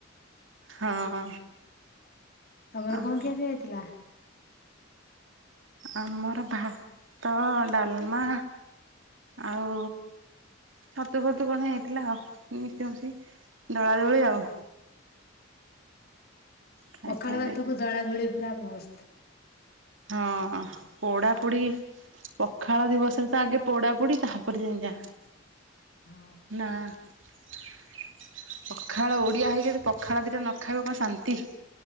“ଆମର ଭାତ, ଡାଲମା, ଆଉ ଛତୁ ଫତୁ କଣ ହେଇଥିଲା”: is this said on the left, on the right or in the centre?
Right